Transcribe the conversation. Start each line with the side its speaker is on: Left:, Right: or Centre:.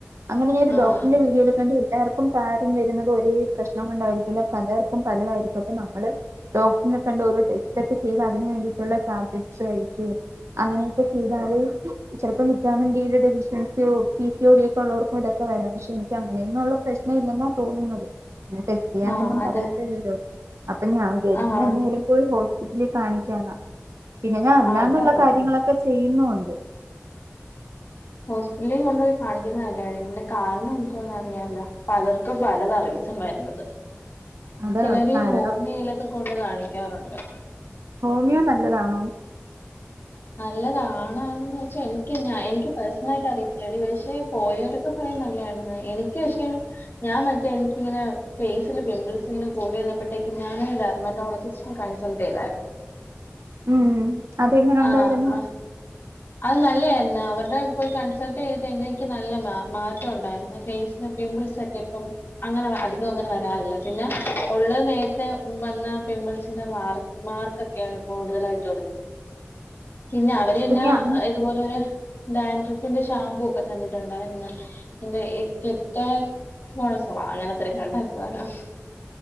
Right: അങ്ങനെ ഞാൻ ഒരു
Left: ആഹ്
Right: ഡോക്ടറിന്റെ വീഡോയിൽക്കണ്ട് എല്ലർ ക്കും താരൻ വരുന്നത് ഒരേ പ്രശ്നം കൊണ്ടായിരിക്കില്ല പലർക്കും പലതായിരിക്കും അപ്പ നമ്മള് ഡോക്ടറിനെ കണ്ട് ഓരോ ടെസ്റ്റ് ഒക്കെ ചെയ്ത് അതിന് വേണ്ടി ഉള്ള ടാബ്ലെറ്റ്സ് കഴിക്കുകെം അങ്ങനെഓക്കെ ചെയ്താല് ചിലപ്പോ വിറ്റാമിൻ ഡി യുടെ ഡെവിഷസിയോ, പി സി യോ ഡിഒക്കെ ഉള്ളവർക്കും ഇതൊക്കെ വരാം പക്ഷെ എനിക്ക് അങ്ങനെന്നുള്ള പ്രശ്നഇല്ലെന്നാ തോന്നുന്നത് എ ടെ ചെയ്യാനൊന്നും
Left: ആഹ് അതെ
Right: പറയത്തില്ലല്ലോ? അപ്പ ഞാൻ വിചാരിക്കുന്നേഎന്തായാലും
Left: ആഹ്
Right: പോയി ഹോസ്പിറ്റലിൽ കാണിക്കാന്നാ. പിന്നെ ഞാൻ അല്ലാണ്ടുള്ള
Left: ആഹ് അതാവാം
Right: കാര്യങ്ങളൊക്കെ ചെയ്യുന്നുണ്ട്.
Left: ഹോസ്പിറ്റലിൽ കൊണ്ടുപോയി കാണിക്കുന്നേ നല്ല താടി ഇതിന്റെ കാരണം എന്തുവാന്ന് അറിയാല്ലോ? പലർക്കും പലതറിയും സൺ വരുന്നത്
Right: അതാ
Left: ചിലര്
Right: കാരണം
Left: ഹോമിയിലൊക്കെ കൊണ്ട് കാണിക്കാറുണ്ട്.
Right: ഹോമിയോ നല്ലതാണോ?
Left: നല്ലതാണാന്ന് വെച്ചാൽഎനിക്ക് ഞാൻ എനിക്ക് പേഴ്സണൽ ആയിട്ട് അറിയത്തില്ലടി പക്ഷെ പോയൊര് ഓക്കെ പറയും നല്ലആണന്ന് എനിക്ക് പക്ഷെ ഞാൻ മറ്റേ എനിക്കിങ്ങനെ ഫേസില് പിമ്പിൾസ് ഇങ്ങനെ കൂടി വന്നപ്പോഴത്തേക്കും ഞാൻ ഡർമറ്റോളജി സ്‌നെ കൺസൾട്ട് ചെയ്താരുന്നു.
Right: ഉം അതെങ്ങനെ ഉണ്ടായിരുന്നു?
Left: ആ ആ അത് നല്ലയിരുന്നു അവരുടെ പോയി കൺസൾട്ട് ചെയ്തിട്ട് എനിക്ക് നല്ല മാ മാറ്റം ഉണ്ടാരുന്നു ഫേസ് പിംമ്പിൾസ് ഒക്കെ ഇപ്പം അങ്ങനെ വ അധികം അങ്ങന വരാറില്ല പിന്നെ ഉള്ള നേരത്തെ വന്ന പിമ്പിൾസിന്റെ മാർ മാർക്കൊക്കെയാണ് കൂടുതലായിട്ടുള്ളത് പിന്നെ അവര്
Right: അപ്പൊ
Left: പിന്നെ
Right: നീ അന്ന്
Left: ഇതുപോലെ ഒരു ഡാൻഡ്രിഫിന്റെ ഷാമ്പൂ ഒക്കെ തന്നിട്ടുണ്ടാരുന്നു. എന്തുവാ എ കെറ്റാ സ്കാസറോ അയാൾ അത്ര കണ്ടാ സാനം.